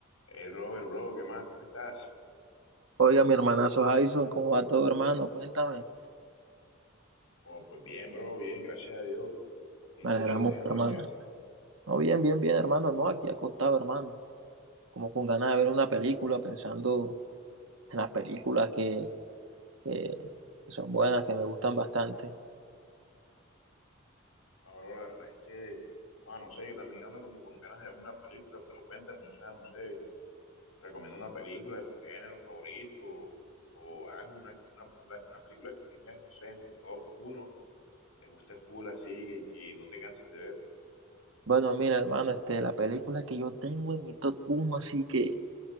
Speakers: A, on the left; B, on the right.
A: Hey Robert, bro, ¿qué más? ¿Cómo estás?
B: Oiga, mi hermanazo Jason, ¿cómo va todo, hermano? Cuéntame.
A: Oh, pues bien, bro, bien, gracias a Dios. ¿Y
B: Me
A: tú
B: alegra
A: de
B: mucho,
A: qué andas?
B: hermano.
A: ¿Qué haces?
B: No, bien, bien, bien, hermano. No, aquí acostado, hermano. Como con ganas de ver una película, pensando en las películas que, que son buenas, que me gustan bastante.
A: Ah, bro, la verdad es que, ah, no sé, yo también ando como con ganas de ver una película, pero cuéntame, o sea, no sé, recomiendo una película de tu género favorito o algo, una, una, una película que tengas, no sé, en tu top uno, te guste full así, que, que no te cansas de ver.
B: Bueno, mira, hermano, este, la película que yo tengo en mi top uno, así que